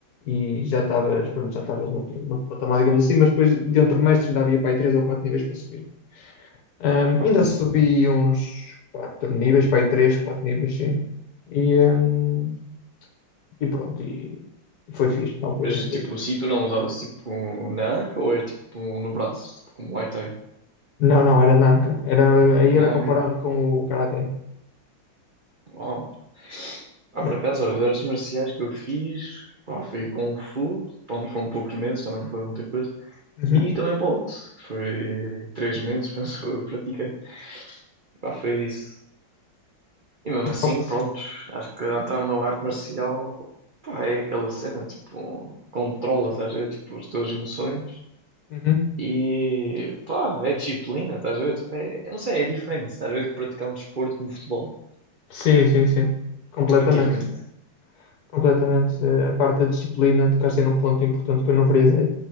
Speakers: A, on the left; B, on the right.
A: E já estavas, pronto, já estavas noutro, noutro patamar, digamos assim, mas depois dentro do mestre ainda havia para aí três ou quatro níveis para subir. Ahm,
B: Oh.
A: ainda subi uns 4 níveis, para aí 3, 4 níveis, sim. E, ahm, e pronto, e, e foi fixe na altura.
B: Mas
A: Foi-
B: tipo, o cinturão usava-se tipo na anca ou era tipo no braço, tipo como Muay Thai?
A: Não, não, era Nanka. Era, aí
B: Na
A: era comparado
B: anca.
A: com o Karaté.
B: Uau. Ah,
A: É.
B: por acaso, olha, das artes marciais que eu fiz, pá, foi Kung Fu. Pronto, foram poucos meses, também não foi muita coisa.
A: Uhum.
B: E também boxe. Foi três meses, <laughs> penso eu, que pratiquei. Pá, foi disso. E mesmo assim,
A: Boxe.
B: pronto, acho que ao entrar numa arte marcial, pá, é aquela cena, tipo, controla, estás a ver, tipo, as tuas emoções.
A: Uhum.
B: E, pá, é disciplina, estás a ver, tipo, é, eu não sei, é diferente, estás a ver, de praticar um desporto como futebol.
A: Sim, sim, sim. Completamente.
B: É muito diferente.
A: Completamente. Eh, A parte da disciplina, tocaste aí num ponto importante que eu não frisei.